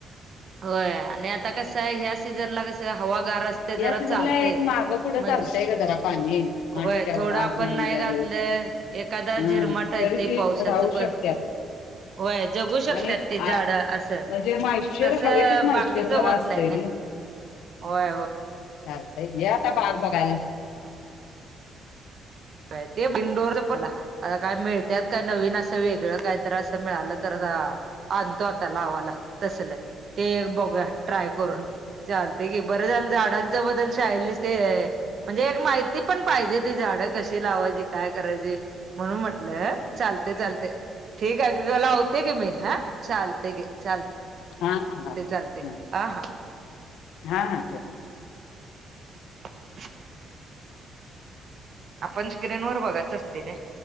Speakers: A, on the right; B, on the left.
A: व्हय आणि आता कसं ह्या सीझनला कस त हवा गार असतं
B: या
A: जरा
B: सीझनला
A: चालतय,
B: एक माग पुढे
A: म्हणजे
B: चालतंय का जरा पाणी हा
A: व्हय
B: ठीक आहे
A: थोडा
B: बाबा आज
A: पण
B: उद्या
A: नाही घातलं,
B: देऊ
A: एखादा
B: हा
A: झिरमाट येतं
B: तरी ते
A: पावसाचं
B: राहू
A: पण.
B: शकतात
A: व्हय जगू शकत्यात
B: आणि
A: ती
B: आ-
A: झाडं असं,
B: म्हणजे मॉइश्चर
A: तस
B: हवेतच मॉइश्चर
A: बाकीच व्हत
B: जरा असतंय
A: नाही ना. होय हो.
B: चालतंय ये आता बाग बघायला.
A: व्हय ते बिंडोर पला आता काय मिळतय काय नवीन असं वेगळं, काही असं मिळालं तर आ आणतो आता लावाला तसल, ते एक बघूया ट्राय करून. चालत की, बरं झालं झाडांच्या बदल शाळेतली ते म्हणजे एक माहिती पण पाहिजे ते झाडं कशी लावायची, काय करायची म्हणून म्हटलं चालत चालत. ठीक आहे ग लावते ग मी हां चालते गे चालते
B: हा हा ह
A: चालते
B: ह
A: हा हा
B: हा हा ठेव.
A: <unintelligible> आपण स्क्रीनवर बघायच असते नय?